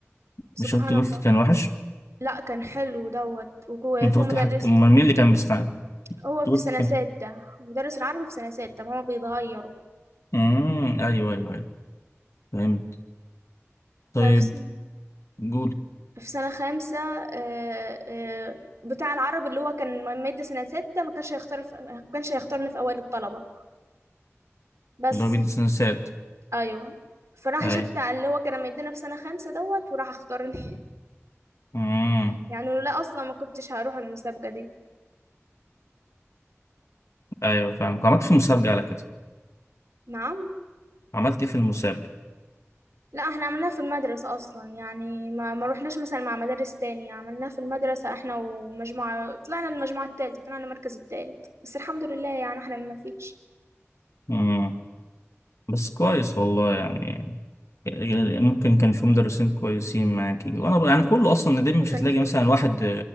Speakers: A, on the right; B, on the left.
A: سبحان
B: مش انت قلت
A: الله
B: كان وحش
A: لا كان حلو دوت وهو
B: انت
A: في
B: قلت
A: مدرس
B: حد امال مين اللي كان مستعد
A: هو
B: انت قلت
A: في سنة
B: كان
A: ستة مدرس العربي في سنة ستة ما هو بيتغيروا
B: امم ايوه ايوه ايوه فهمت
A: ففي
B: طيب
A: س-
B: جول
A: في سنة خامسة آه، آه، بتاع العربي اللي هو كان م- مادة سنة ستة ما كانش هيختار في- ما كانش هيختارني في أوائل الطلبة بس
B: اللي هو بيدرس نسات
A: أيوه فراح
B: ايوه
A: جبت على اللي هو كان مدينا في سنة خامسة دوت وراح اختارني <laughs>
B: امم
A: يعني لولا أصلا ما كنتش هروح المسابقة دي
B: ايوه فاهم عملت في المسابقة على كده
A: نعم
B: عملت ايه في المسابقة
A: لا احنا عملناها في المدرسة اصلا يعني ما ما روحناش مثلا مع مدارس تانية عملناها في المدرسة احنا ومجموعة طلعنا المجموعة التالتة طلعنا المركز التالت بس الحمد لله يعني احنا ما فيش
B: امم بس كويس والله يعني يعني ممكن كان في مدرسين كويسين معاكي وانا ب- يعني كله اصلا ندم
A: ما
B: مش
A: كان
B: هتلاقي
A: فيه
B: مثلا واحد